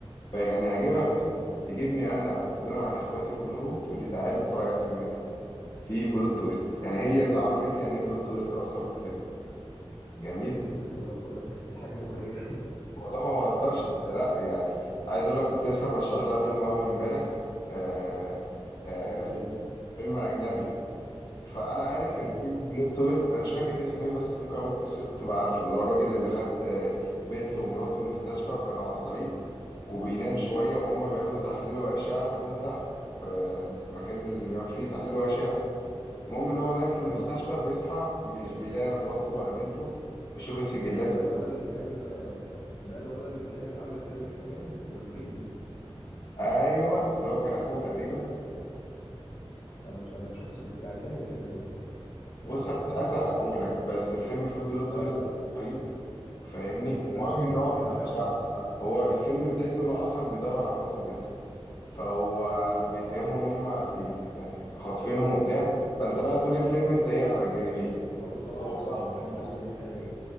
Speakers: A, on the left; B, on the left.
A: فكان يعجبها
B: حلو جدا
A: فيلم تجيبني انا دون عن اخواتي كلهم تقول لي تعالى اتفرج على الفيلم ده في بلوت تويست يعني هي اللي عرفتني يعني ايه بلوت تويست اصلا في الفيلم جميل
B: <laughs> لا لا لا، ده الحاجة مخرجة
A: والله ما بهزرش لا لا، يعني عايز اقول لك كنت لسه مرشح لها فيلم اول امبارح آه آه
B: <laughs> أجنبي؟
A: فيلم فيلم اجنبي فانا عارف
B: إيه
A: ان في
B: طيب؟
A: بلوت تويست انا مش فاكر اسمه ايه بس ممكن اقول قصته تبقى عارفه اللي هو الراجل اللي خد آه، بنته ومراته من المستشفى وكانوا على طريق وبينام شويه وهم بيعملوا تحليل واشعه خدوهم تحت في المكان اللي بيعملوا فيه تحليل واشعه المهم ان هو نام في
B: مم.
A: المستشفى بيصحى مش بيلاقي لا مراته ولا بنته بيشوف السجلات
B: هو ده الولد اللي كان ده الولد اللي كان اللي عامل فيلم إكس مان وولفرين
A: ايوه اللي هو كان اخوه تقريبا
B: أنا مش أنا شفت إعلان الفيلم ده بس
A: بص
B: كفيلم
A: انا مش عايز
B: ما شفتوش
A: احرقه لك بس الفيلم فيه بلوت
B: لا
A: تويست
B: لا لا
A: رهيب فاهمني
B: ما تحرقش
A: المهم
B: الفيلم
A: ان هو بيبقى
B: ده فعلا
A: مش هحرق بقى. هو الفيلم بدايته ان هو اصلا بيدور على مراته وبنته فهو بيتهمهم ان هم بي يعني خاطفينهم وبتاع فانت بقى طول الفيلم انت ايه على الجانبين
B: حاول طبعا
A: هو صح
B: أه بتحاول
A: والام
B: تشوف
A: صح
B: الدنيا فيها إيه